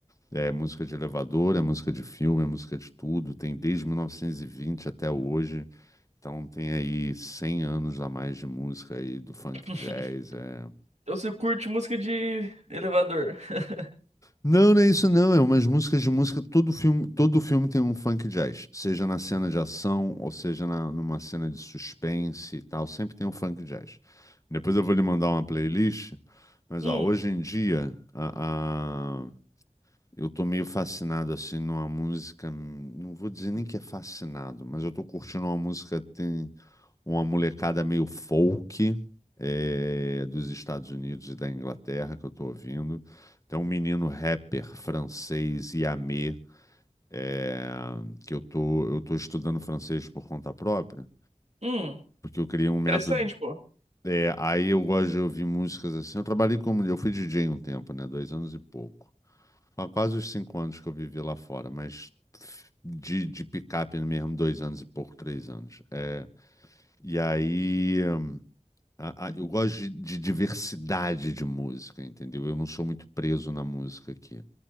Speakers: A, on the left; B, on the right.
A: É música de elevador, é música de filme, é música de tudo. Tem desde 1920 até hoje. Então tem aí 100 anos a mais de música aí do funk
B: <laughs>
A: jazz. É,
B: Então você curte música de elevador. <laughs>
A: Não, não é isso não, é umas músicas de música, todo filme, todo filme tem um funk jazz, seja na cena de ação, ou seja na, numa cena de suspense e tal, sempre tem um funk jazz. Depois eu vou lhe mandar uma playlist, mas
B: Hum,
A: ó, hoje em dia a, a- eu tô meio fascinado assim numa música, hum, não vou dizer nem que é fascinado, mas eu tô curtindo uma música uma molecada meio folk é, dos Estados Unidos e da Inglaterra que eu tô ouvindo. Tem um menino rapper francês, Yamé, é, que eu tô, eu tô estudando francês por conta própria,
B: hum.
A: porque eu criei um método.
B: Interessante, pô.
A: é, aí eu gosto de ouvir músicas assim. Eu trabalhei como. Eu fui DJ um tempo, né? Dois anos e pouco. Há quase os cinco anos que eu vivi lá fora, mas de, de picape mesmo, dois anos e pouco, três anos. É, e aí. hum, A- a- eu gosto de, de diversidade de música, entendeu? Eu não sou muito preso na música aqui,